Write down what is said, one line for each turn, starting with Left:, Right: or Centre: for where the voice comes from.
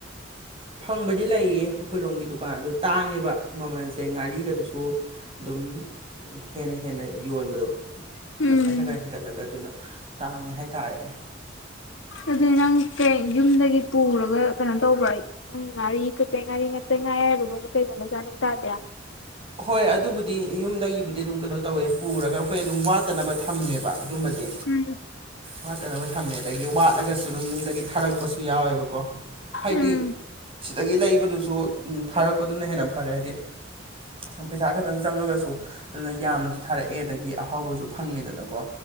Right: ꯐꯪꯕꯗꯤ ꯂꯩꯌꯦ ꯑꯩꯈꯣꯏꯔꯣꯝꯒꯤ ꯗꯨꯀꯥꯟ ꯑꯗꯨꯗꯣ ꯇꯥꯡꯉꯦꯕ ꯃꯃꯜꯁꯦ ꯉꯥꯔꯤꯒꯗꯨꯁꯨ ꯑꯗꯨꯝ ꯍꯦꯟꯅ ꯍꯦꯟꯅ ꯌꯣꯟꯕꯗꯣ
Left: ꯎꯝ
Right: ꯇꯛꯈꯥꯏ ꯇꯪꯈꯥꯏ ꯍꯦꯟꯒꯠꯂꯒ ꯑꯗꯨꯅ ꯇꯥꯡꯉꯦ ꯍꯥꯏꯇꯥꯔꯦꯅꯦ
Left: ꯑꯗꯨꯗꯤ ꯅꯪ ꯀꯩ ꯌꯨꯝꯗꯒꯤ ꯄꯨꯔꯒ ꯀꯩꯅꯣ ꯇꯧꯕ꯭ꯔꯥ ꯅꯪ ꯉꯥꯔꯤ ꯀꯩꯀꯩ ꯉꯥꯔꯤ ꯉꯇꯩ ꯉꯥ ꯑꯌꯥꯏꯕꯒꯨꯝꯕ ꯀꯩꯒꯨꯝꯕ ꯆꯥꯅꯤꯡ ꯇꯥꯗꯦ
Right: ꯍꯣꯏ ꯑꯗꯨꯕꯨꯗꯤ ꯌꯨꯝꯗꯒꯤꯕꯨꯗꯤ ꯑꯗꯨꯝ ꯀꯩꯅꯣ ꯇꯧꯋꯦ ꯄꯨꯔꯒ ꯑꯩꯈꯣꯏ ꯑꯗꯨꯝ ꯋꯥꯠꯇꯅꯕ ꯊꯝꯃꯦꯕ ꯑꯗꯨꯝꯕꯗꯤ
Left: ꯎꯝ
Right: ꯋꯥꯠꯇꯅꯕ ꯊꯝꯃꯦ ꯑꯗꯒꯤ ꯋꯥꯠꯂꯒꯁꯨ ꯑꯗꯨꯝ ꯌꯨꯝꯗꯒꯤ ꯊꯥꯔꯛꯄꯁꯨ ꯌꯥꯎꯋꯦꯕꯀꯣ ꯍꯥꯏꯗꯤ
Left: ꯎꯝ
Right: ꯁꯤꯗꯒꯤ ꯂꯩꯕꯗꯨꯁꯨ ꯊꯥꯔꯛꯄꯗꯨꯅ ꯍꯦꯟꯅ ꯐꯔꯦ ꯍꯥꯏꯗꯤ ꯨꯝ ꯄꯩꯁꯥ ꯈꯛꯇꯪ ꯆꯪꯉꯒꯁꯨ ꯑꯗꯨꯅ ꯌꯥꯝꯅꯁꯨ ꯊꯥꯔꯛꯑꯦ ꯑꯗꯒꯤ ꯑꯍꯥꯎꯕꯁꯨ ꯐꯪꯉꯦꯗꯅꯀꯣ